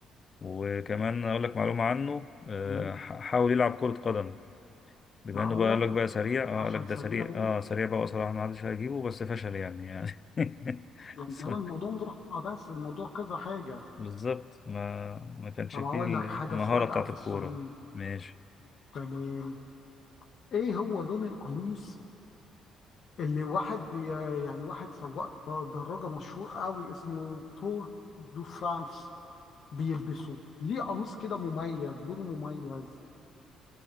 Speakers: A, on the left (about 40°); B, on the left (about 60°).
A: وكمان اقول لك معلومه عنه آه،
B: أمم.
A: ح- حاول يلعب كره قدم بما
B: معقولة
A: انه بقى قال لك بقى سريع اه
B: عشان
A: قال لك ده
B: سريع
A: سريع
B: يعني
A: اه سريع بقى وصراحه ما حدش هيجيبه بس فشل يعني يعني <laughs>
B: يعني
A: س-
B: هو الموضوع مطرحة بس الموضوع كذا حاجة
A: بالظبط ما ما كانش
B: طب
A: فيه
B: هقول
A: المهاره
B: لك حاجة سؤال
A: بتاعت
B: بقى في
A: الكوره
B: الصميم
A: ماشي
B: تمام ايه هو لون القميص اللي واحد بي يعني واحد سواق دراجة مشهور قوي اسمه تور دو فرانس بيلبسه ليه قميص كده مميز لونه مميز